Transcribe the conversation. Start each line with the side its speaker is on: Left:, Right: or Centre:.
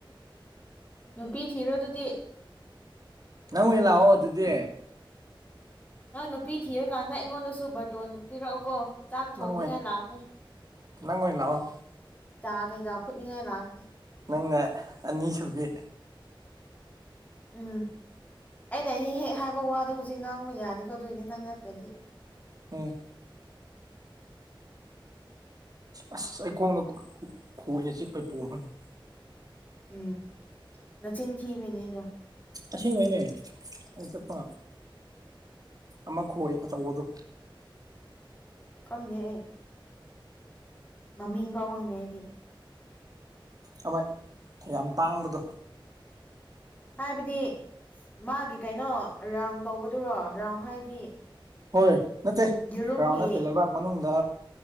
Left: ꯅꯨꯄꯤ ꯊꯤꯔꯣ ꯑꯗꯨꯗꯤ
Right: ꯅꯪ ꯑꯣꯏꯅ ꯂꯥꯛꯑꫭ ꯑꯗꯨꯗꯤ
Left: ꯅꯪ ꯅꯨꯄꯤ ꯊꯤꯔꯀꯥꯟꯗ ꯑꯩꯉꯣꯟꯗꯁꯨ ꯕꯇꯣꯟ ꯄꯤꯔꯛꯑꯣꯀꯣ ꯆꯥꯛ ꯊꯣꯡꯅꯤꯡꯉꯥꯏ
Right: ꯅꯪ ꯑꯣꯏꯅ
Left: ꯂꯥꯛꯀꯦ
Right: ꯅꯪ ꯑꯣꯏꯅ ꯂꯥꯛꯑꯣ
Left: ꯆꯥ ꯀꯩꯀꯥ ꯐꯨꯠꯅꯤꯡꯉꯥꯏ ꯂꯥꯛꯒꯦ
Right: ꯅꯪꯅ ꯑꯅꯤꯁꯨꯕꯤ
Left: ꯎꯝ ꯑꯩꯅ ꯍꯦꯛ ꯍꯦꯛ ꯍꯥꯏꯕ ꯋꯥꯗꯣ ꯍꯧꯖꯤꯛ ꯉꯥꯡꯕ ꯌꯥꯗꯦꯀꯣ ꯑꯗꯨꯑꯣꯏꯗꯤ ꯅꯪ ꯅꯠꯇ꯭ꯔꯗꯤ
Right: ꯎꯝ ꯑꯁ ꯑꯩꯈꯣꯡꯅ ꯈꯣꯏꯅ ꯆꯤꯛꯄꯩ ꯄꯣꯝꯈꯠꯂꯦ
Left: ꯎꯝ ꯅꯆꯤꯟ ꯊꯤꯕꯩꯅꯤꯗꯣ
Right: ꯑꯁꯦꯡꯕꯩꯅꯦ ꯑꯩ ꯆꯠꯄ ꯑꯃꯈꯣꯏ ꯑꯆꯧꯕꯗꯣ
Left: ꯈꯪꯗꯦ ꯑꯩ ꯃꯃꯤꯡ ꯐꯥꯎ ꯈꯪꯗꯦ ꯑꯩꯗꯤ
Right: ꯑꯃ ꯌꯥꯝ ꯇꯥꯡꯕꯗꯣ
Left: ꯍꯥꯏꯕꯗꯤ ꯃꯥꯒꯤ ꯀꯩꯅꯣ ꯔꯥꯎꯟ ꯇꯧꯕꯗꯨꯔꯣ ꯔꯥꯎꯟ ꯍꯥꯏꯗꯤ
Right: ꯍꯣꯏ
Left: ꯎꯝ
Right: ꯅꯠꯇꯦ
Left: ꯌꯦꯔꯨꯝꯒꯤ
Right: ꯔꯥꯎ ꯅꯠꯇꯦ ꯂꯩꯕꯥꯛ ꯃꯅꯨꯡꯗ